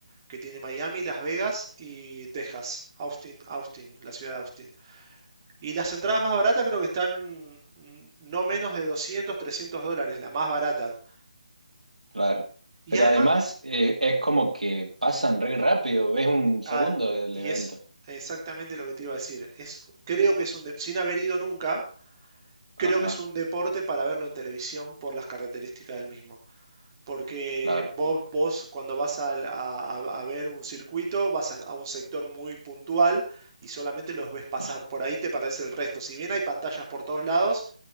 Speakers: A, on the right (about 30°); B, on the right (about 85°).
A: que tiene Miami, Las Vegas y Texas, Austin, Austin, la ciudad de Austin. Y las entradas más baratas creo que están mm, no menos de 200 300 dólares, la más barata.
B: claro.
A: Y
B: Pero
A: además,
B: además eh, es como que pasan re rápido, ves un segundo
A: ah,
B: del
A: y
B: evento.
A: es exactamente lo que te iba a decir, es, creo que es un, de- sin haber ido nunca, Creo
B: Ajá,
A: que es un deporte para verlo en televisión por las características del mismo. Porque
B: claro.
A: vos, vos cuando vas a, a- a ver un circuito, vas a, a un sector muy puntual y solamente los ves pasar.
B: Ajá,
A: Por ahí te parece el resto. Si bien hay pantallas por todos lados,